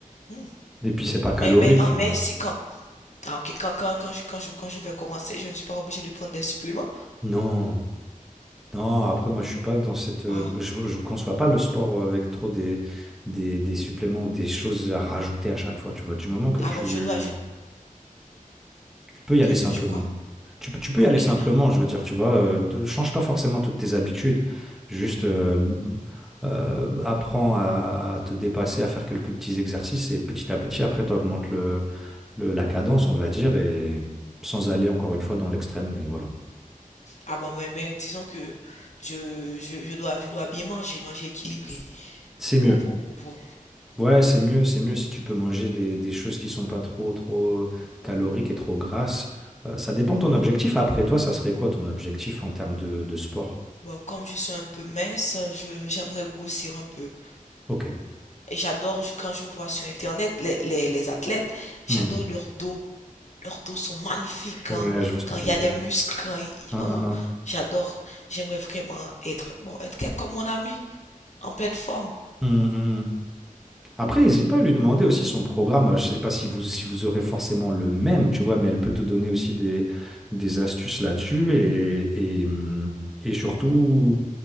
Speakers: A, on the left; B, in the centre.
A: Hmm.
B: Et puis, c'est pas calorique.
A: Mais, mais, hein,
B: Enfin,
A: mais c'est quand? Ah, ok, quand, quand, quand je, quand je, quand je vais commencer, je ne suis pas obligé de prendre des suppléments.
B: non. Non, après, moi, je suis pas dans cette. euh,
A: Ah.
B: Je, je conçois pas le sport euh, avec trop des, des, des suppléments ou des choses à rajouter à chaque fois. Tu vois, du moment que tu,
A: Ah bon, je dois je,
B: tu peux y
A: que,
B: aller simplement.
A: que je quoi?
B: Tu peux, tu peux
A: Ah
B: y aller
A: ok.
B: simplement, je veux dire, tu vois, euh, te- change pas forcément toutes tes habitudes. Juste euh, euh, apprends à, à te dépasser, à faire quelques petits exercices et petit à petit, après, tu augmentes le, le- la cadence, on va dire, et sans aller encore une fois dans l'extrême, mais voilà.
A: Ah bon, ben, ben, disons que je, je, je dois, je dois bien manger, manger équilibré
B: C'est mieux.
A: pour, pour, pour voir.
B: Ouais, c'est mieux, c'est mieux si tu peux manger des, des choses qui sont pas trop, trop caloriques et trop grasses. Euh, ça dépend de ton
A: Mhm.
B: objectif. Après, toi, ça serait quoi ton objectif en termes de, de sport?
A: Bon, comme je suis un peu mince, je, j'aimerais grossir un peu.
B: Ok.
A: Et j'adore, je- quand je vois sur Internet les, les, les athlètes, j'adore
B: Hmm.
A: leur dos. Leurs dos sont magnifiques quand,
B: Ouais, je vois ce
A: quand
B: que tu
A: il y
B: veux
A: a
B: dire.
A: des muscles, quand il-
B: Hein,
A: oh,
B: hein, hein.
A: j'adore. J'aimerais vraiment être, bon, être, être comme mon ami, en pleine forme.
B: Hmm, hmm, hmm. Après, n'hésite pas à lui demander aussi son programme. Euh, Je ne sais pas si vous, si vous aurez forcément le même, tu vois, mais elle peut te donner aussi des, des astuces là-dessus et, et, hum, et surtout,